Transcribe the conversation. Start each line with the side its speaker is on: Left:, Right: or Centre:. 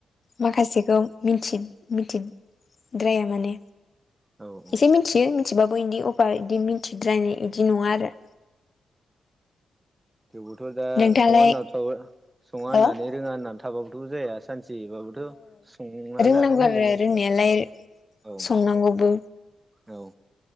Left: माखासेखौ मिनथि मिनथिद्राया माने
Right: औ औ
Left: एसे मिनथियो थिबाबो बिदि अभार बिदि मिन्थिद्रायनाय बिदि नङा आरो
Right: थेवबोथ' दा
Left: नोंथाङालाय
Right: सङा होनना थ' सङा होननानै
Left: औ
Right: रोङा होननानै थाबाबोथ' जाया सानसेबाबो थ' संना
Left: रोंनांगौ
Right: जाहोनांगोन
Left: आरो
Right: नङा होनबा
Left: रोंनायालाय
Right: औ
Left: संनांगौबो
Right: औ